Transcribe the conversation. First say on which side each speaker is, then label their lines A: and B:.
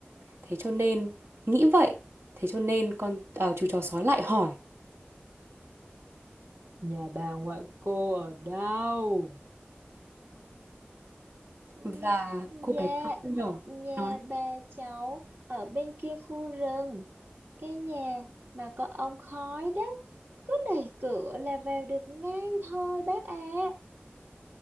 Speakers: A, on the right; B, on the right.
A: Thế cho nên, nghĩ vậy. Thế cho nên con à, chú chó sói lại hỏi.
B: Nhà bà ngoại cô ở đâu? Ừ,
A: Và
B: Dạ,
A: cô bé quàng khăn đỏ
B: nhà
A: nói.
B: bà cháu ở bên kia khu rừng, cái nhà mà có ống khói đó, cứ đẩy cửa là vào được ngay thôi bác ạ.